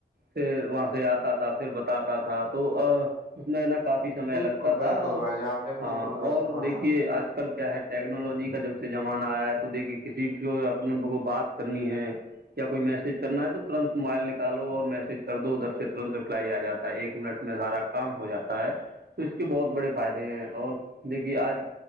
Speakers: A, on the right (about 75°); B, on the left (about 65°).
A: پھر وہاں سے آتا تھا پھر بتاتا تھا تو اس میں نا کافی سمے
B: بالکل
A: لگتا
B: بالکل
A: تھا اور
B: بھائی جان آپ نے
A: ہاں
B: بالکل درست
A: اور
B: فرما
A: دیکھیے آج کل کیا ہے ٹیکنالوجی کا جب سے زمانہ آیا ہے تو دیکھیے کسی کو اپنے کو بات کرنی ہے کیا کوئی میسج کرنا ہے تو ترنت موبائل نکالو اور میسج کر دو ادھر سے ترنت آ جاتا ہے ایک منٹ میں سارا کام ہو جاتا ہے تو اس کے بہت بڑے فائدے ہیں اور دیکھیے آج